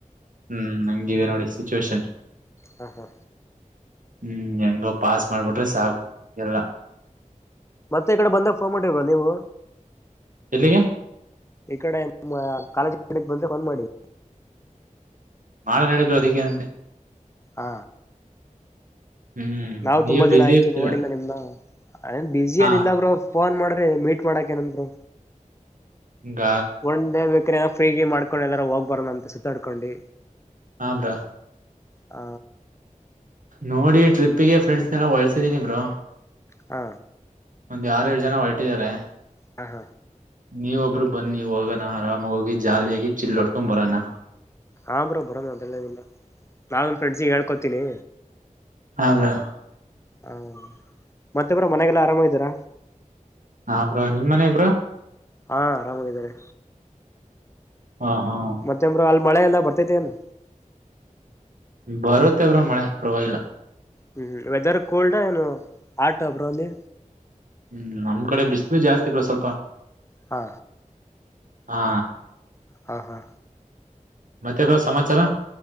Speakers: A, on the right; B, on the left.
A: ಹ್ಮ್ ಹಂಗಿದೆ ನೋಡಿ. ಸಿಚುೇಏಷನ್.
B: ಹಾ ಹಾ
A: ಹ್ಮ್ ಎಂಗೊ. ಪಾಸ್ ಮಾಡಿಬಿಟ್ರೆ ಸಾಕು ಎಲ್ಲ.
B: ಮತ್ತೆ ಈ ಕಡೆ ಬಂದಾಗ ಫೋನ್ ಮಾಡಿರ್ರ ನೀವು.
A: ಎಲ್ಲಿಗೆ.
B: ಈ ಕಡೆ ಕಾಲೇಜ್ ಕಡೆ ಬಂದ್ರೆ ಫೋನ್ ಮಾಡಿ.
A: ಮಾಡ ನಡ ಬ್ರೋ ಅದಕ್ಕೇನಂತೆ.
B: ಹ
A: ಹ್ಮ್
B: ನಾವ್
A: ನೀವ್
B: ತುಂಬಾ ದಿನ
A: ಬಿಸಿ
B: ಆಯ್ತು
A: ಇರ್ತೀರ
B: ನೋಡಿಲ್ಲ ನಿಮ್ನ ಅದೆನ್ ಬಿಝೀ
A: ಹಾ
B: ಏನಿಲ್ಲ ಬ್ರೋ ಫೋನ್ ಮಾಡ್ದೆ ಮೀಟ್ ಮಾಡಾಕ ಏನಂತೆ ಬ್ರೋ
A: ಹಂಗ
B: ಒಂಡೇ ಬೇಕು <unintelligible> ಫ್ರೀಗೆ ಮಾಡ್ಕೊಂಡು ಎಲ್ಲಾರ ಹೋಗ್ ಬರೋಣ ಅಂತ ಸುತ್ತಾಡ್ಕೊಂಡಿ
A: ಹ ಬ್ರೋ
B: ಹ
A: ನೋಡಿ ಟ್ರಿಪ್ಪಿಗೆ ಫ್ರೆಂಡ್ಸ್ನೆಲ್ಲ ಹೊಳ್ಸಿದೀನಿಬ್ರೋ
B: ಹಾ
A: ಒಂದ್ ಆರೆಳ್ ಜನ ಹೊರಟಿದ್ದಾರೆ
B: ಹಾ ಹಾ
A: ನೀವ್ ಒಬ್ರು ಬನ್ನಿ ಹೊಗಣ ಆರಾಮಾಗಿ ಹೋಗಿ ಜಾಲಿಯಾಗಿ ಚಿಿಲ್ಲಾಡ್ಕೊಂಡ್ ಬರಾನ
B: ಹಾ ಬ್ರೋ ಬರೋ ನಂತ ಹೇಳದಿಲ್ಲ ನಾವೆನ್ ಫ್ರೆಂಡ್ಸಿಗೆ ಹೇಕೊೋತೀಿನಿ
A: ಹಾ ಬ್ರೋ
B: ಹಾ ಮತ್ತೆಬ್ರೋ ಮನೆಗೆಲ್ಲ ಆರಾಮ ಇದ್ದೀಾರ
A: ಹ ಬ್ರೋ ನಿಮ್ ಮನೆಯಾಗ್ ಬ್ರೋ
B: ಹಾ ಆರಾಮಾಗಿದ್ದಾರೆ
A: ಹಾ ಹಾ
B: ಮತ್ತೆ ಬ್ರೋ ಅಲ್ಲಿ ಮಳೆ ಎಲ್ಲ ಬರ್ತೇತನೇನು
A: ಬರುತ್ತೆ ಬ್ರೋ ಮಳೆ ಪರವಾಗಿಲ್ಲ
B: ಹ್ಮ್ ವೆದರ್ ಕೋಲ್ಡ ಏನು ಹಾಟ್ ಅ ಬ್ರೋ ಅಲ್ಲಿ
A: ಹ್ಮ್ ನಮ್ ಕಡೆ ಬಿಸ್ಲು ಜಾಸ್ತಿ ಬ್ರೋ ಸ್ವಲ್ಪ
B: ಹಾ
A: ಹಾ
B: ಹಾ ಹಾ
A: ಮತ್ತೆ ಬ್ರೋ ಸಮಾಚಾರ